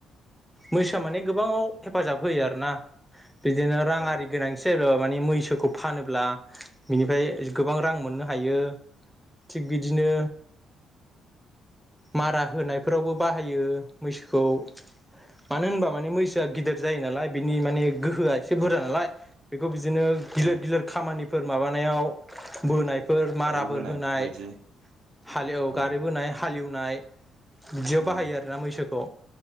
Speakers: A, in the centre; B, on the right.
A: मैसाोआ माने गोबाङाव हेफाजाब होयो आरोना बिदिनो रांआरि
B: औ
A: गोनांथि जायोब्ला माने मैसोखौ फानोब्ला बिनिफ्राय गोबां रां मोननो हायो थिग बिदिनो,
B: औ औ
A: मारा होनायफोरावबो बाहायो मैसोखौ मानो होनबा माने मैसोआ गिदिर जायो नालाय बिनि माने गोहोआ एसे
B: औ
A: बुरजा नालाय बेखौ बिदिनो गिलिर-गिलिर
B: उम
A: खामानिफोर माबानायाव बोनाय फोर माराफोर
B: बारि बोनाय
A: होनाय
B: बेफोरबायदि
A: हालेव
B: औ
A: गारिबोनाय हालेवनाय।्््््् बिदियाव
B: उम
A: बाहायो आरोना मैसोखौ